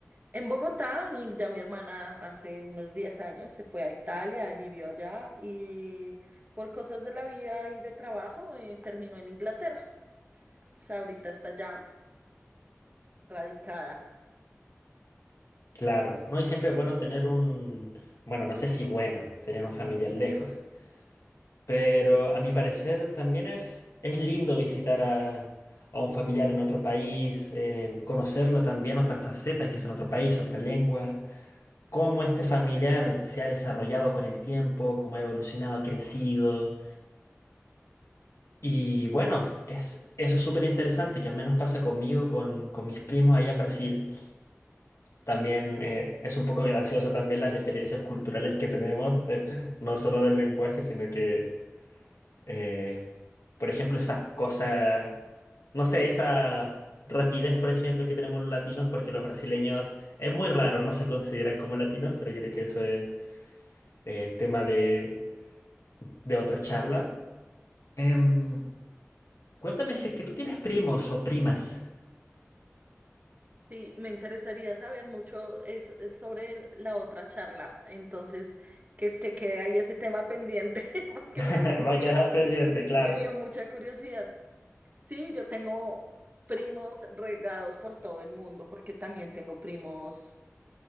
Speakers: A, on the right (about 35°); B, on the left (about 80°).
A: en Bogotá y ya mi hermana hace unos 10 años se fue a Italia, vivió allá y por cosas de la vida y de trabajo eh, terminó en Inglaterra. Entonces, ahorita está allá radicada.
B: Claro, ¿no? Y siempre es bueno tener un, bueno, no sé si bueno, tener un familiar lejos. Pero a mi parecer también es, es lindo visitar a, a un familiar en otro país, em, conocerlo también, otra faceta que es en otro país, otra lengua, cómo este familiar se ha desarrollado con el tiempo, cómo ha evolucionado, ha crecido. Y bueno, es, eso es súper interesante, que al menos pasa conmigo, con, con mis primos allá en Brasil. También eh, es un poco gracioso también las diferencias culturales que tenemos, <laughs> eh, no solo del lenguaje, sino que Eh, por ejemplo, esas cosas no sé, esa rapidez, por ejemplo, que tenemos los latinos, porque los brasileños es muy raro, no se consideran como latinos, pero creo que eso es eh, tema de, de otra charla. Em, cuéntame si es que tú tienes primos o primas.
A: Sí, me interesaría saber mucho es, es sobre el- la otra charla. Entonces, que, que quede ahí ese tema pendiente <laughs> porque
B: <laughs>
A: me dio mucha,
B: Va a quedar pendiente, claro.
A: me dio mucha curiosidad. Sí, yo tengo primos regados por todo el mundo porque también tengo primos